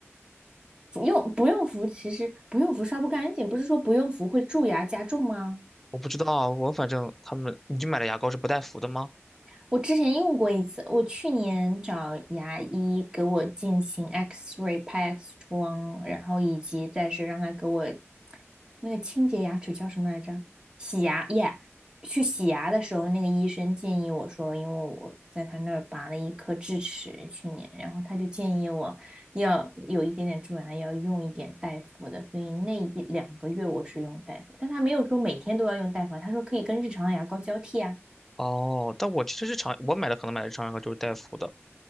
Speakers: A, on the right; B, in the centre.
A: 不用不用氟，其实不用氟刷不干净，不是说不用氟会蛀牙加重吗？
B: 我不知道啊，我反正他们，你就买的牙膏是不带氟的吗？
A: 我之前用过一次，我去年找牙医给我进行 X-ray 拍 X 光，然后以及再是让他给我那个清洁牙齿叫什么来着？洗牙耶去洗牙的时候，那个医生建议我说，因为我在他那儿拔了一颗智齿，去年，然后他就建议我要有一点点蛀牙，要用一点大夫的，所以那一两个月我是用大夫，但他没有说每天都要用大夫啊他说可以跟日常牙膏交替啊。
B: 哦，但我其实日常我买的可能买的日常牙膏就是带氟的，